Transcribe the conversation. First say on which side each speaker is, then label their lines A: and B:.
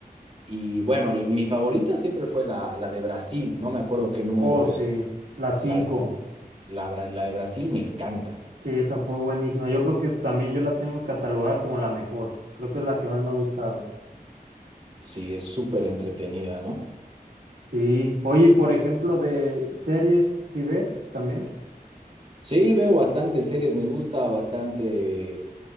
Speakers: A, on the right (about 40°); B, on the right (about 80°).
A: Y bueno, l- mi favorita siempre fue la, la de Brasil, no me acuerdo qué número
B: Oh, sí,
A: era.
B: la cinco
A: La de- La, bra- la de Brasil me encanta.
B: Sí, esa fue buenísima. Yo creo que también yo la tengo catalogada como la mejor. Creo que es la que más me ha gustado.
A: Sí, es súper entretenida, ¿no?
B: Sí. Oye, y por ejemplo, de series, ¿sí ves también?
A: Sí, veo bastantes series, me gusta bastante.